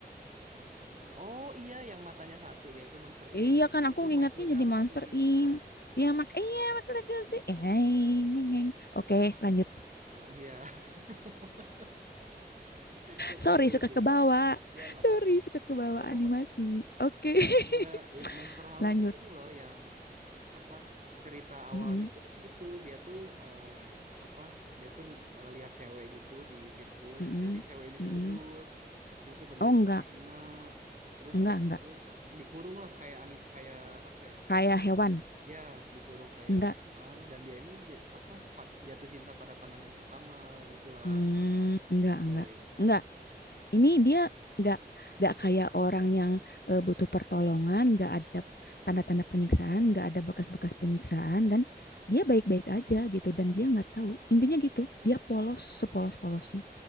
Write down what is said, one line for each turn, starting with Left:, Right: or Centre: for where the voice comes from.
Right: Monster Inc. Oh iya, yang matanya satu yaitu Monster Inc.
Left: iya
Right: Ma-
Left: kan aku
Right: Itu Mike
Left: ingatnya
Right: Wazowski,
Left: jadi monster ink
Right: bukan, bukan.
Left: ya mak iya mak legacy eh eng, eng, oke lanjut
Right: Eh, iya, <laughs> itu
Left: sorry
Right: kayaknya lucu
Left: suka ke
Right: banget.
Left: bawah
Right: ya nggak
Left: sorry
Right: apa-apa, nggak
Left: suka ke bawah
Right: nggak
Left: animasi
Right: apa-apa.
Left: oke
Right: Enggak, i-
Left: <laughs>
Right: Monster House
Left: lanjut
Right: tuh ini loh yang apa cerita awalnya
Left: Mm-mm,
Right: tuh gitu dia tuh eh, apa dia tuh eh, lihat cewek gitu di sirkus
Left: mm-mm,
Right: jadi cewek ini
Left: mm-mm.
Right: tuh gendut cewek itu gendut
Left: oh enggak
Right: dan dihina terus
Left: enggak
Right: udah
Left: enggak
Right: gitu sa- dikurung lah kayak ani kayak apa ya
Left: kayak hewan
Right: ya dikurung kayak
Left: enggak
Right: hewan dan dia ini j- apa pa- jatuh cinta pada pandangan pertama gitulah
Left: Hmm,
Right: intinya
Left: enggak,
Right: si cowok
Left: enggak.
Right: ini tuh
Left: Enggak. Ini dia enggak enggak kayak orang yang eh, butuh pertolongan, enggak ada tanda-tanda penyiksaan, enggak ada bekas-bekas penyiksaan dan dia baik-baik aja gitu dan dia enggak tahu. Intinya gitu, dia polos sepolos-polosnya.